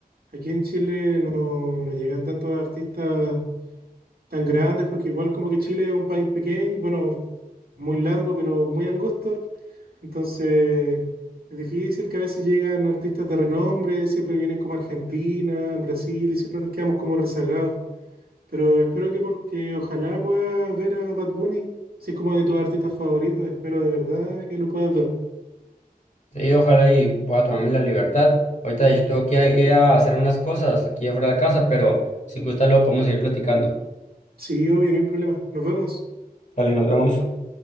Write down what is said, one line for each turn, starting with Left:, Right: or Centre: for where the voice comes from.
Right: Aquí en Chile no, no llegan tantos artistas tan grandes porque igual como que Chile es un país pequeño, bueno, muy largo, pero muy angosto. Entonces, es difícil que a veces llegan artistas de renombre, siempre vienen como Argentina, en Brasil, y siempre nos quedamos como rezagados. Pero espero que porque ojalá puedas ver a Bad Bunny, si es como de tus artistas favoritos, espero de verdad que lo puedas ver.
Left: Sí, ojalá y pueda tomarme la libertad. Ahorita de hecho tengo que ir a hacer unas cosas aquí afuera de la casa, pero si gusta luego podemos seguir platicando.
Right: Sí, obvio, ni un problema. Nos vemos.
Left: Dale, nos vemos.